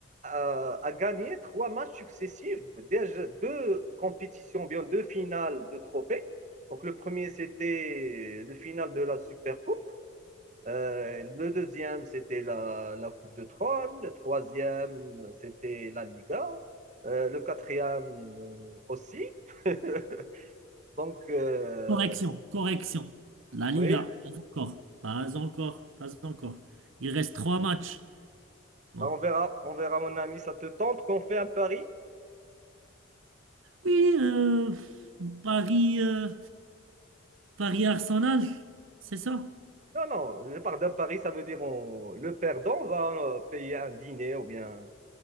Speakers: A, on the right; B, on the right.
A: euh, a gagné trois matchs successifs, déjà deux compétitions, bien deux finales de trophées. Donc le premier, c'était le final de la Super Coupe. Euh, le deuxième, c'était la, la Coupe de Trône. Le troisième, c'était la Liga. Euh, le quatrième euh, aussi. <laughs> Donc, euh,
B: correction, correction. La Liga,
A: oui,
B: pas encore, pas encore, pas encore. Il reste trois matchs. Donc,
A: Bah, on verra, on verra, mon ami. Ça te tente qu'on fait un pari?
B: oui, euh, Paris, euh, Paris Arsenal, c'est ça?
A: Non, non, je parle d'un pari, ça veut dire on- le perdant va euh, payer un dîner ou bien